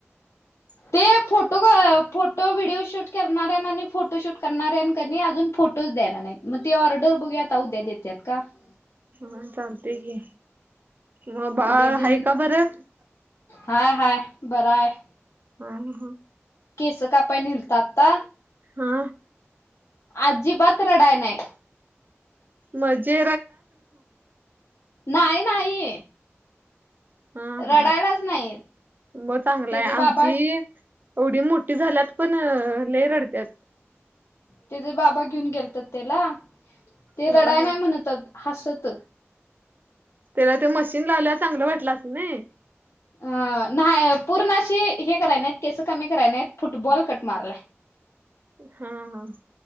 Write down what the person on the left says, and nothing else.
ते फोटो फोटो व्हिडिओ शूट करणाऱ्या आणि फोटोशूट करणाऱ्यां कनी अजून फोटोज द्याला नाही मग ती ऑर्डर बघू आता उद्या देतात का <unintelligible>
उद्या
देऊन
हाय हाय बरा आहे
केस कापाय न्हेलत आता
अजिबात रडाय नाहीय
नाही नाही
रडायलाच
नाही
त्याचे
बाबा
तेचे बाबा घेऊन गेलतात त्याला ते
रडाय
नाही म्हणतत हसत
अ नाही पूर्ण अशी हे कराय नाहीत केस कमी कराय नाहीयत फुटबॉल कट मारलाय